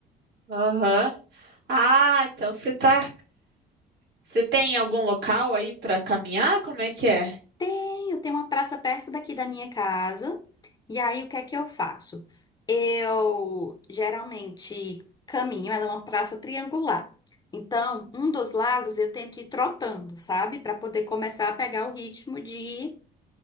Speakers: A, on the right; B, on the left.
A: Aham. Ah, então você tá. Você tem algum local aí pra caminhar? Como é que é?
B: Tenho, tem uma praça perto daqui da minha casa. E aí, o que é que eu faço? Eu geralmente caminho, ela é uma praça triangular. Então, um dos lados eu tento ir trotando, sabe? Para poder começar a pegar o ritmo de.